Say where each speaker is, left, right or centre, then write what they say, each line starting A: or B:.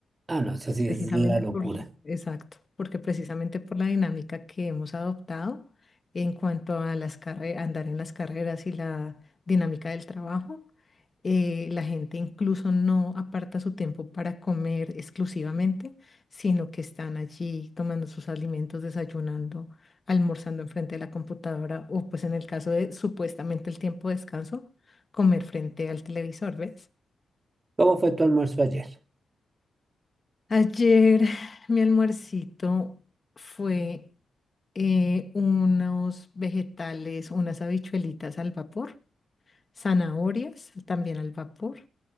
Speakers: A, on the right (about 30°); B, on the left (about 35°).
A: Ah, no, eso sí
B: Precisamente
A: es la locura.
B: por, exacto, porque precisamente por la dinámica que hemos adoptado en cuanto a las carre- andar en las carreras y la dinámica del trabajo, eh, la gente incluso no aparta su tiempo para comer exclusivamente, sino que están allí tomando sus alimentos, desayunando, almorzando enfrente de la computadora o pues en el caso de supuestamente el tiempo de descanso, comer frente al televisor, ¿ves?
A: ¿Cómo fue tu almuerzo ayer?
B: Ayer mi almuercito fue eh, unos vegetales, unas habichuelitas al vapor, zanahorias también al vapor.